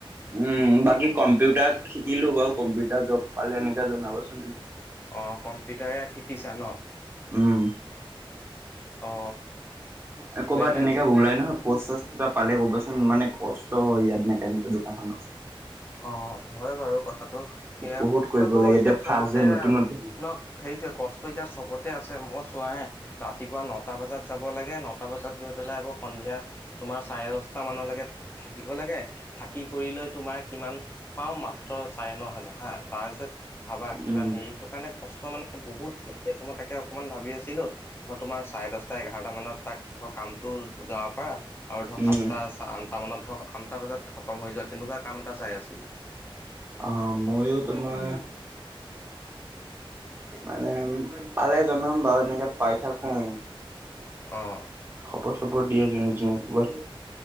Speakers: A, on the right (about 25°); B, on the left (about 25°).
A: উম, বাকী কম্পিউটাৰ শিকিলো বাৰু কম্পিউটাৰ জব পালে এনেকে জনাবচোন।
B: অহ, কম্পিউটাৰে শিকিছা ন।
A: উম।
B: অ
A: এ ক'বাত
B: তেনে
A: তেনেকে
B: ঠিক
A: ওলাই নহয় পষ্ট চচ। কিবা পালে কবাচোন মানে কষ্ট হয় ইয়াত মেকানিকৰ দোকানখনত।
B: অ'হ হয় বাৰু কথাটো, সেয়া
A: বহুত
B: কষ্টটো
A: কৰিব লাগে
B: এতিয়া চবতে
A: ফাৰ্ষ্ট যে নতুন নতুন
B: নক সেইটোয়ে কষ্ট এতিয়া চবতে আছে, মই চোৱাহে ৰাতিপুৱা নটা বজাত যাব লাগে ন টা বজাত গৈ পেলাই আকৌ সন্ধিয়া তোমাৰ চাৰে দহটা মানলৈকে থাকিব লাগে, থাকি কৰি লৈ তোমাৰ পাও মাত্ৰ চাৰে ন হাজাৰ হা তাৰ পিছত ভাবা কিমান
A: উম
B: হেৰি টো কাৰণে কষ্ট মানে বহুত <unintelligible> আছে মই তাকে অকণমান ভাবি আছিলো, ধৰ তোমাৰ চাৰে দহটা এঘাৰটা মানত তাক ধৰ কাম যাব পাৰা আৰু ধৰ
A: উম
B: সাতটা আঠটা মানত ধৰক আঠটা বজাত খতম হৈ যোৱা তেনেকুৱা কাম এটা চাই আছিলো।
A: অহ ময়ো তোমাৰ মানে পালে জনাম বাৰু এনেকে পাই থাকো।
B: অহ।
A: খবৰ চবৰ দিয়ে <unintelligible> ক'বাত